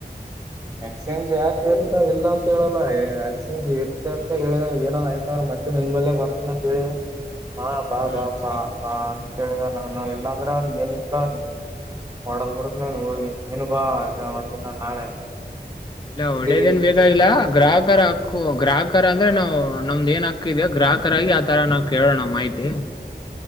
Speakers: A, on the right; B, on the left.
A: ಎಕ್ಸ್ಚೇಂಜ್ ಯಾಕೆ ಇರ್ತ ಇಲ್ಲ ಅಂತ ಹೇಳಲ್ಲ ಎಕ್ಸ್ಚೇಂಜ್ ಇರ್ತ ಅಂತ ಹೇಳಿದ ಏನನ್ ಆಯ್ತಾರ ಮತ್ತೆ ನಿನ್ ಬಲ್ಲೆ ಬರ್ತನ ಅಂತ ಹೇಳಿದ ಹಾ ಬಾ
B: ಹ್ಮ್
A: ಬಾ ಬಾ ಬಾ ಹೇಳಿದ ನಾನು ಇಲ್ಲ ಅಂದ್ರೆ ಅವನಗ ಏನಿಿಲ್ಲ ಅವನಿಗೆ ಡದ್ ಬಿಡ ಹೋಗಿ ನೀನು ಬಾ ಮಧಿನ ನಾಳೆ
B: ಇಲ್ಲ
A: ಎಲ್ಲಿದ್ದೀನಿ
B: ಒಡೇದೇನ್ ಬೇಕಾಗಿಲ್ಲಾ ಗ್ರಾಹಕರ ಹ ೋ ಗ್ರಾಹಕ ಅಂದ್ರೆ ನಾವು ನಮ್ದ್ ಏನ್ ಹಾಕ್ಕಿದ್ಯೋ ಗ್ರಾಹಕರ ಆಾಗಿಿ ಆ ತರ ನಾವ್ ಕೇಳೋಣ ಮಾಹಿತಿ